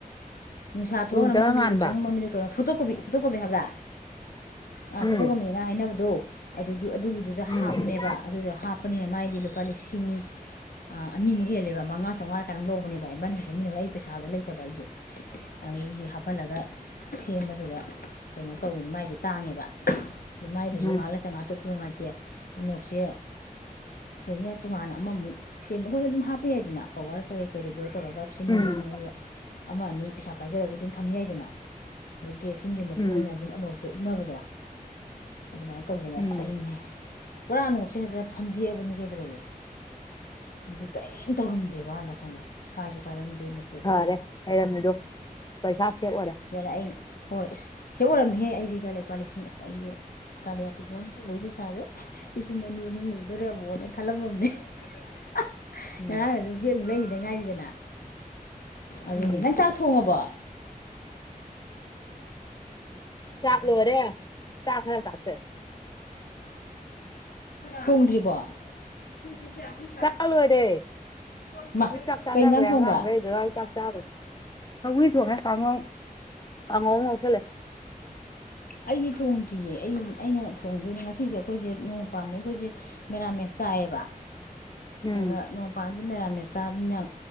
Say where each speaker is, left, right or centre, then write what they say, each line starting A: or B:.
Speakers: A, on the left; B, on the left.
A: ꯅꯨꯡꯁꯥ ꯊꯣꯛꯑꯅ
B: ꯔꯨꯝ
A: ꯃꯝꯕꯤ
B: ꯉꯥꯟꯕ
A: ꯎꯔꯨꯝ ꯆꯪꯉ ꯃꯝꯕꯤꯗꯣ ꯀꯩꯅꯣ ꯐꯨꯇꯣꯀꯣꯄꯤ ꯐꯨꯇꯣꯀꯣꯄꯤ ꯍꯥꯏꯕ꯭ꯔꯥ ꯑ
B: ꯎꯝ
A: ꯐꯣꯇꯣꯀꯣꯃꯤꯅ ꯍꯥꯏꯅꯕꯗꯣ ꯑꯗꯨꯗꯨ ꯑꯗꯨꯒꯤꯗꯨꯗ
B: ꯎꯝ
A: ꯍꯥꯞꯄꯅꯦꯕ ꯑꯗꯨꯗ ꯍꯥꯞ ꯄꯅꯦ ꯃꯥꯏꯗꯤ ꯂꯨꯄꯥ ꯂꯤꯁꯤꯡ ꯑꯅꯤꯃꯨꯛ ꯍꯦꯜꯂꯦꯕ ꯃꯉꯥ ꯆꯧꯉꯥꯔ ꯀꯌꯥꯅꯣꯝ ꯂꯧ ꯑꯣꯅꯦꯕꯥꯏ ꯏꯃꯥꯅꯤꯒꯤ ꯁꯦꯝꯃꯤꯟꯅꯔꯨꯔ ꯑꯩ ꯄꯩꯁꯥꯗ ꯂꯩ ꯇꯕ ꯑꯩꯖꯨ ꯑꯗꯨꯒꯤ ꯍꯥꯞꯐꯜꯂꯒ ꯁꯦꯝꯕꯗꯨꯒ ꯀꯩꯅꯣ ꯇꯧꯕꯅꯤ ꯃꯥꯏꯗꯤ ꯇꯥꯡꯉꯦꯕ ꯃꯥꯏꯗꯨꯖꯨ
B: ꯎꯝ
A: ꯉꯥꯏꯍꯥꯛ ꯂꯩꯇ ꯉꯥꯏꯍꯥꯛꯇ ꯅꯨꯡꯉꯥꯏꯇꯦ ꯑꯅꯣꯞꯁꯦ ꯐꯩꯅꯦ ꯇꯣꯉꯥꯟꯅ ꯑꯃꯃꯨꯛ ꯁꯦꯝꯕ ꯍꯣꯏ ꯑꯗꯨꯝ ꯍꯥꯞꯄ ꯌꯥꯏꯗꯅ ꯄꯋꯥꯔ ꯀꯔꯤ ꯀꯔꯤꯗꯣ ꯇꯧꯔꯒ ꯁꯦꯝꯅꯤꯡ
B: ꯎꯝ
A: ꯁꯦꯝꯅꯤꯡ ꯃꯑꯣꯡꯗ ꯑꯃ ꯑꯅꯤ ꯄꯩꯁꯥ ꯄꯥꯏꯖꯔꯒ ꯗꯨꯝ ꯊꯝ ꯌꯥꯏꯗꯅ <unintelligible> ꯗ꯭ꯔꯦꯁꯁꯤꯡꯒꯤ ꯃꯇꯨꯡ
B: ꯎꯝ
A: ꯏꯟꯅ ꯑꯗꯨꯝ ꯑꯅꯣꯛꯇꯣ ꯎꯞꯅꯕꯗꯣ ꯑꯗꯨꯃꯥꯏ ꯇꯧꯗꯅ
B: ꯎꯝ
A: ꯑꯁ ꯑꯩꯅꯦ ꯄꯨꯔꯥ ꯑꯅꯣꯞꯁꯦ ꯍꯦꯛꯇ ꯐꯝꯗꯦꯛꯑꯕꯅꯤ ꯀꯩꯗꯧꯔꯒꯦ ꯃꯁꯤ ꯀꯦꯝ ꯇꯧꯔꯝꯗꯦꯕ ꯍꯥꯟꯅ ꯈꯪꯕ ꯀꯥꯏꯖꯨ ꯀꯥꯏꯔꯝꯗꯦ ꯃꯄꯨ
B: ꯐꯔꯦ ꯂꯩꯔꯝꯃꯤꯗꯣ ꯄꯩꯁꯥ ꯁꯦꯞ ꯑꯣꯏꯔꯦ
A: ꯑꯗꯨꯅꯦ ꯑꯩꯅ ꯍꯣꯏ ꯏꯁ ꯁꯦꯞ ꯑꯣꯏꯔꯝꯅꯦꯍꯦ ꯑꯩꯗꯤ ꯀꯥꯏ ꯂꯨꯄꯥ ꯂꯤꯁꯤꯡ ꯑꯁ ꯑꯩꯒꯤ ꯀꯥꯗꯤꯌꯥ ꯄꯩꯁꯥ ꯄꯨꯕꯩ ꯄꯩꯁꯥꯖꯦ ꯂꯤꯁꯤꯡ ꯑꯅꯤꯍꯨꯝ ꯂꯣꯏ ꯗꯣꯔꯦ ꯑꯃꯨꯛ ꯑꯅ ꯈꯜꯂꯝꯃꯝꯅꯦ ꯍꯥ
B: ꯎꯝ
A: ꯉꯔꯥꯡꯅ ꯗꯨ ꯕꯦꯛ ꯑꯃꯨꯛ ꯂꯩꯒꯤꯗ ꯉꯥꯏꯔꯤꯗꯅ ꯑꯗꯨꯅꯦ
B: ꯎꯝ
A: ꯅꯪ ꯆꯥꯛ ꯊꯣꯡꯉꯕꯣ
B: ꯆꯥꯥꯛ ꯂꯣꯏꯔꯦ ꯆꯥꯛ ꯈꯔ ꯆꯥꯊꯣꯛꯑꯦ
A: ꯊꯣꯡꯗ꯭ꯔꯤꯕꯣ <unintelligible>
B: ꯆꯥꯛ ꯂꯣꯏꯔꯦ
A: ꯃꯥ
B: ꯃꯤ ꯆꯥꯛ ꯆꯥꯅꯒ꯭ꯔꯦ
A: ꯀꯩ ꯌꯦꯟꯖꯥꯡ ꯊꯣꯡꯕ
B: ꯑꯉꯥꯡꯒꯩ ꯗꯗꯥꯏ ꯆꯥꯛ ꯆꯥꯕꯅꯤ ꯊꯧꯏ ꯊꯣꯡꯉꯦ ꯀꯥꯡꯉꯧ ꯀꯥꯡꯉꯧ ꯉꯧꯁꯜꯂꯦ
A: ꯑꯩꯗꯤ ꯊꯣꯡꯗ꯭ꯔꯤꯌꯦ ꯑꯩ ꯑꯩꯅ ꯊꯣꯡꯗꯣꯏꯅꯦ ꯉꯁꯤꯁꯦ ꯑꯩꯈꯣꯏꯁꯦ ꯅꯣꯡꯃ ꯄꯥꯝꯕꯗꯩ ꯑꯩꯈꯣꯏꯁꯦ ꯃꯦꯔꯥꯃꯦꯁ ꯆꯥꯏꯌꯦꯕ
B: <unintelligible> ꯎꯝ
A: ꯑꯗ ꯅꯣꯡ ꯄꯥꯟꯕꯁꯦ ꯃꯦꯔꯥꯃꯦꯦꯠ ꯆꯥꯕꯅꯤꯅ